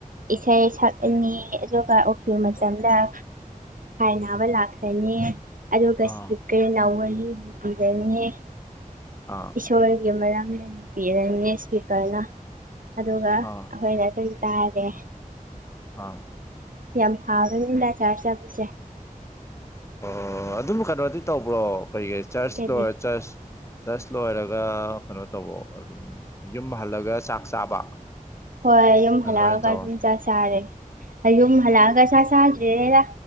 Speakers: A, on the right (about 70°); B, on the left (about 20°).
A: ꯏꯁꯩ ꯁꯛꯅꯤ ꯑꯗꯨꯒ ꯎꯀꯤ꯭ꯨꯜ ꯃꯇꯝꯗꯥꯏ ꯅꯕ ꯂꯥꯛꯂꯅꯤ ꯑꯗꯨꯒ
B: ꯑꯥ
A: ꯏꯁꯄꯤꯀꯔꯅꯎ ꯋꯥꯔꯤ ꯂꯤꯕꯤꯔꯅꯤ
B: ꯑꯥ
A: ꯏꯁꯣꯔꯒꯤ ꯃꯔꯝꯗ ꯅꯨꯄꯤꯔꯅꯦ ꯏꯁꯄꯤꯀꯔꯅ ꯑꯗꯨꯒ ꯑꯩꯈꯣꯏꯗ
B: ꯑꯥ
A: ꯑꯗꯨꯝ ꯇꯥꯒꯦ
B: ꯑꯥ
A: ꯌꯥꯝ ꯐꯥꯕꯗꯗ ꯆꯥꯔ ꯆ ꯄꯁꯦ
B: ꯑꯣ ꯑꯗꯨꯝ ꯀꯩꯅꯣꯗꯤ ꯇꯧꯕ꯭ꯔꯣ ꯀꯩ ꯀ ꯆꯔꯆ
A: ꯀꯔꯤ
B: ꯂꯣꯏꯔ ꯆꯔꯆ ꯖꯁ ꯂꯣꯏꯔꯒ ꯀꯩꯅꯣ ꯇꯧꯧꯕꯔꯣ ꯑꯗꯨꯝ ꯌꯨꯝ ꯍꯜꯂꯒ ꯆꯥꯛ ꯆꯥꯕ
A: ꯍꯣꯏ ꯌꯨꯝ
B: ꯑꯗꯨꯃꯥꯏꯅ
A: ꯍꯜꯂꯛꯑꯒ
B: ꯇꯧꯋꯣ
A: ꯑꯗꯨꯝ ꯆ ꯁꯥꯔꯦ ꯌꯨꯝ
B: ꯑꯣ
A: ꯍꯜꯂꯛꯑꯒ ꯆ ꯆꯈꯤ ꯔ